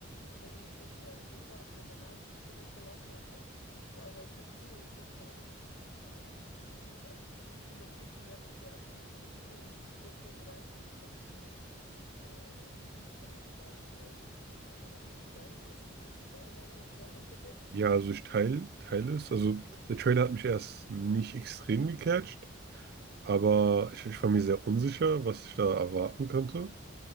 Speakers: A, on the left; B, on the right.
A: Gefängnis sozusagen drin war. Also man hat ja gar nicht das Gefängnis verlassen und auch, vor allem, weil wir es ja im Kino geguckt haben, ähm, hat das einfach dieses Gefühl noch viel, viel mehr verstärkt, sodass man sich so in diese Situation so reinfühlen konnte, so im, im, äh, im Gefängnis quasi. So, äh, was ist so dein, was, was ist so deine Meinung, was sind deine Eindrücke?
B: Ja, also ich teile teil es. Also der Trailer hat mich erst nicht extrem gecatcht, aber ich, ich war mir sehr unsicher, was ich da erwarten könnte.